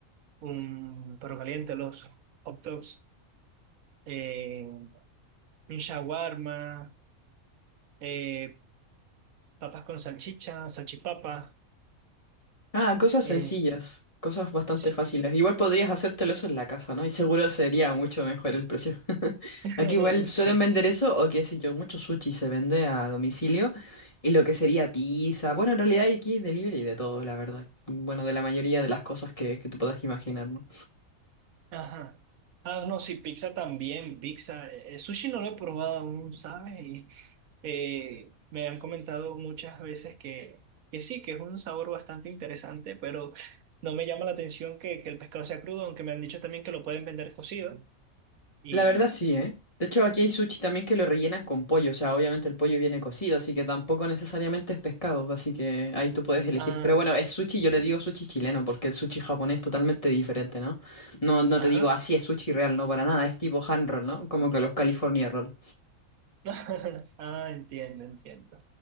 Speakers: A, on the right; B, on the left.
A: un perro caliente, los hot dogs, eh, un shawarma eh, Papas con salchicha, salchipapa.
B: Ah, cosas
A: eh,
B: sencillas, cosas bastante
A: sí.
B: fáciles. Igual podrías hacértelo eso en la casa, ¿no? Y seguro sería mucho mejor el precio. <laughs>
A: <laughs>
B: Aquí igual suelen
A: Sí.
B: vender eso, o qué sé yo, mucho sushi se vende a domicilio. Y lo que sería pizza. Bueno, en realidad hay aquí delivery de todo, la verdad. Bueno, de la mayoría de las cosas que, que te puedas imaginar, ¿no?
A: Ajá. Ah, no, sí, pizza también, pizza. Eh, sushi no lo he probado aún, ¿sabes? Y, eh, me han comentado muchas veces que, que sí, que es un sabor bastante interesante, pero no me llama la atención que, que el pescado sea crudo, aunque me han dicho también que lo pueden vender cocido. Y,
B: La verdad sí, ¿eh? De hecho, aquí hay sushi también que lo rellenan con pollo, o sea, obviamente el pollo viene cocido, así que tampoco necesariamente es pescado, así que ahí tú puedes elegir.
A: ah,
B: Pero bueno, es sushi, yo le digo sushi chileno, porque el sushi japonés es totalmente diferente, ¿no? No, no
A: ajá.
B: te digo así es sushi real, no para nada, es tipo hand roll, ¿no? Como que los California roll.
A: <laughs> Ah, entiendo, entiendo.